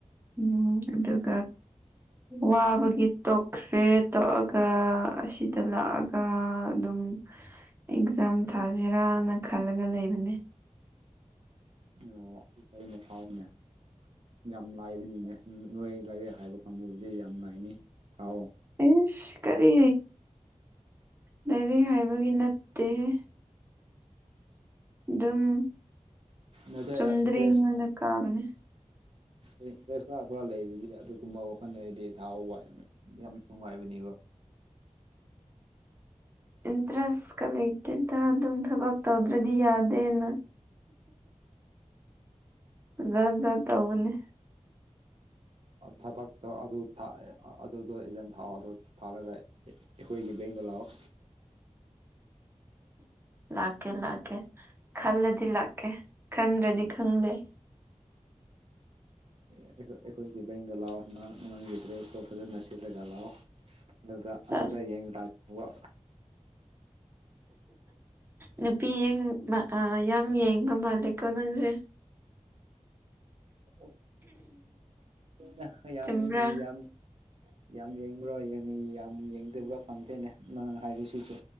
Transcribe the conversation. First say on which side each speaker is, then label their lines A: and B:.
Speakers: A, on the right; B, on the right.
A: ꯎꯝ ꯑꯗꯨꯒ ꯋꯥꯕꯒꯤ ꯇꯣꯛꯈ꯭ꯔꯦ ꯇꯣꯛꯑꯒ ꯑꯁꯤꯗ ꯂꯥꯛꯑ ꯑꯥ ꯑꯗꯨꯝ ꯑꯦꯛꯖꯥꯝ ꯊꯥꯖꯤꯔꯥꯅ ꯈꯜꯂꯒ ꯂꯩꯕꯅꯦ
B: ꯑꯣ ꯐꯩꯅꯦ ꯐꯥꯏꯅꯦ ꯌꯥꯝ ꯂꯥꯏꯕꯅꯤꯅꯦ ꯅꯣꯏ ꯂꯥꯏꯔꯤꯛ ꯍꯩꯕ ꯀꯥꯡꯕꯨꯒꯤꯗꯤ ꯌꯥꯝ ꯂꯥꯏꯅꯤ ꯊꯥꯎꯋꯣ
A: ꯏꯁ ꯀꯔꯤ ꯂꯥꯏꯔꯤꯛ ꯍꯩꯕꯒꯤ ꯅꯠꯇꯦꯍꯦ ꯗꯨꯝ
B: ꯅꯠꯇꯦ
A: ꯆꯨꯝꯗ꯭ꯔꯤꯡ
B: ꯏꯟꯇꯔꯦꯁ
A: ꯑꯣꯏꯅ ꯀꯥꯕꯅꯦ
B: ꯏꯟꯇꯔꯦꯁ ꯈꯔ ꯈꯔ ꯂꯩꯔꯗꯤ ꯑꯗꯨꯒꯨꯝꯕ ꯋꯥꯈꯟ ꯂꯩꯔꯗꯤ ꯊꯥꯍꯧꯕ ꯌꯥꯝ ꯅꯨꯡꯉꯥꯏꯕꯅꯤꯕ
A: ꯏꯟꯇ꯭ꯔꯦꯁꯀ ꯂꯩꯇꯦꯗ ꯑꯗꯨꯝ ꯊꯕꯛ ꯇꯧꯗ꯭ꯔꯗꯤ ꯌꯥꯗꯦꯅ ꯖꯥꯠ ꯖꯥꯠ ꯇꯧꯕꯅꯦ
B: ꯊꯕꯛꯇꯣ ꯑꯗꯨ <unintelligible> ꯑꯗꯨꯗꯣ ꯑꯦꯛꯖꯥꯝ ꯊꯥꯑꯣ ꯑꯗꯨ ꯊꯥꯔꯒ ꯑꯩꯈꯣꯏꯒꯤ ꯕꯦꯡꯗ ꯂꯥꯛꯑꯣ
A: ꯂꯥꯛꯀꯦ ꯂꯥꯛꯀꯦ ꯈꯜꯂꯗꯤ ꯂꯥꯛꯀꯦ ꯈꯟꯗ꯭ꯔꯗꯤ ꯈꯪꯗꯦ
B: ꯑꯦ ꯑꯩꯈꯣꯏ ꯑꯩꯈꯣꯏꯒꯤ ꯕꯦꯡꯗ ꯂꯥꯛꯑꯣ ꯅ ꯅꯪꯒꯤ ꯗ꯭ꯔꯦꯁꯇꯣ ꯐꯖꯅ ꯁꯦꯠꯂꯒ ꯂꯥꯛꯑꯣ ꯑꯗꯨꯗ
A: ꯁꯥꯁ
B: ꯑꯗꯨꯗ ꯌꯦꯡꯕ ꯇꯥꯕ ꯀꯣ
A: ꯅꯨꯄꯤ ꯌꯦꯡ ꯑꯥ ꯌꯥꯝ ꯌꯦꯡꯕ ꯃꯥꯜꯂꯦꯀꯣ ꯅꯪꯁꯦ
B: <unintelligible> ꯌꯥꯝ
A: ꯆꯨꯝꯕ꯭ꯔꯥ
B: ꯌꯥꯝ ꯌꯥꯝ ꯌꯦꯡꯕ꯭ꯔꯣ ꯌꯪ ꯌꯥꯝ ꯌꯦꯡꯗꯕ꯭ꯔꯥ ꯈꯪꯗꯦꯅꯦ ꯅꯪ ꯍꯥꯏꯔꯤꯁꯤꯁꯨ